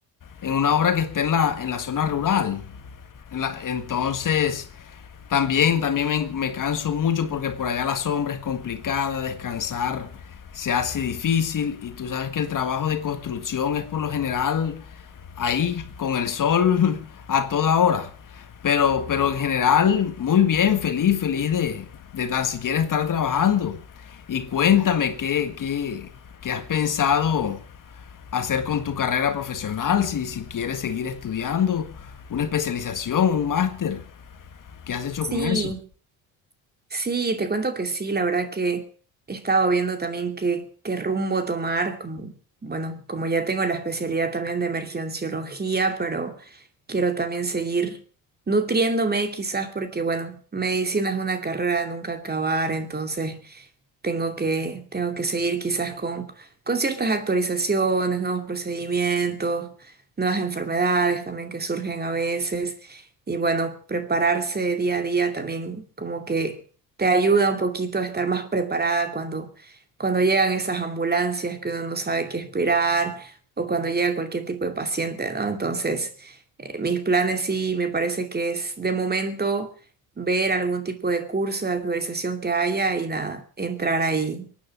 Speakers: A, on the left; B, on the right.
A: en una obra que está en la, en la zona rural. En la- entonces, también, también me, me canso mucho porque por allá la sombra es complicada, descansar se hace difícil y tú sabes que el trabajo de construcción es por lo general ahí con el sol <laughs> a toda hora. Pero, pero en general, muy bien, feliz, feliz de, de tan siquiera estar trabajando. Y cuéntame qué, qué, qué has pensado hacer con tu carrera profesional, si, si quieres seguir estudiando, una especialización, un máster, ¿qué has hecho
B: Sí,
A: con eso?
B: Sí, te cuento que sí, la verdad que he estado viendo también qué, qué rumbo tomar, como, bueno, como ya tengo la especialidad también de emergenciología, pero quiero también seguir nutriéndome quizás porque, bueno, medicina es una carrera de nunca acabar, entonces tengo que, tengo que seguir quizás con, con ciertas actualizaciones, nuevos procedimientos, nuevas enfermedades también que surgen a veces. Y bueno, prepararse día a día también como que te ayuda un poquito a estar más preparada cuando, cuando llegan esas ambulancias que uno no sabe qué esperar o cuando llega cualquier tipo de paciente, ¿no? Entonces, eh, mis planes sí me parece que es de momento ver algún tipo de curso de actualización que haya y nada, entrar ahí.